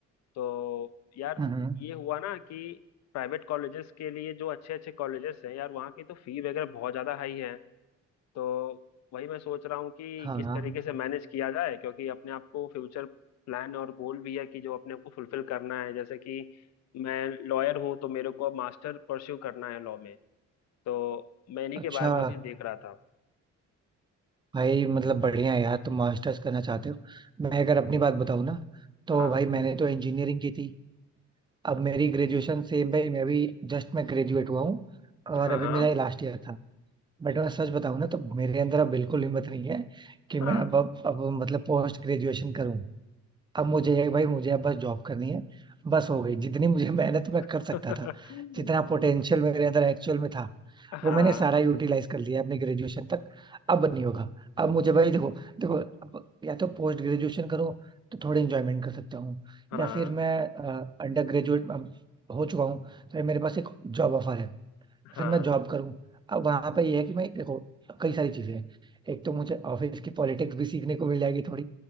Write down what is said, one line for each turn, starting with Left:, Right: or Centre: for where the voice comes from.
Left: तो यार
Right: हम्म
Left: ये हुआ ना कि प्राइवेट कॉलेजेस के लिए जो अच्छे अच्छे कॉलेजेस हैं यार वहाँ की तो फी वगैरह बहुत ज़्यादा हाई है तो वही मैं सोच रहा हूँ कि
Right: हाँ
Left: किस तरीके से मैनेज किया जाए क्योंकि अपने आप को फ्यूचर प्लान और गोल भी है कि जो अपने आप को फुलफिल करना है जैसे कि मैं लॉयर हूँ तो मेरे को अब मास्टर परस्यू करना है लॉ में तो मैं इन्हीं
Right: अच्छा
Left: के बारे में अभी देख रहा था
Right: भाई मतलब बढ़िया है यार तुम मास्टर्स करना चाहते हो मैं अगर अपनी बात बताऊँ ना तो
Left: हाँ
Right: भाई मैंने तो इंजीनियरिंग की थी अब मेरी ग्रेजुएशन सेम भाई मैं अभी जस्ट मैं ग्रेजुएट हुआ हूँ और
Left: हाँ
Right: अभी
Left: हाँ
Right: मेरा ये लास्ट ईयर था बट मैं सच बताऊँ ना तो मेरे अंदर अब बिल्कुल हिम्मत नहीं है कि मैं
Left: हाँ
Right: अब अब, अब मतलब पोस्ट ग्रेजुएशन करूँ अब मुझे है भाई मुझे अब बस जॉब करनी है बस हो गई जितनी मुझे मेहनत मैं कर
Left: <laughs>
Right: सकता था जितना पोटेंशियल मेरे अंदर एक्चुअल में था
Left: हाँ
Right: वो मैंने सारा यूटिलाइज कर लिया अपने ग्रेजुएशन तक अब नहीं होगा अब मुझे भाई देखो देखो अब या तो पोस्ट ग्रेजुएशन करूँ तो थोड़ी इंजॉयमेंट कर सकता हूँ
Left: हाँ
Right: या फिर मैं अंडर ग्रेजुएट हो चुका हूँ तो भाई मेरे पास एक जॉब ऑफर है
Left: हाँ
Right: फिर मैं जॉब करूँ अब वहां पे ये है कि मैं देखो कई सारी चीजें हैं एक तो मुझे ऑफिस की पॉलिटिक्स भी सीखने को मिल जाएगी थोड़ी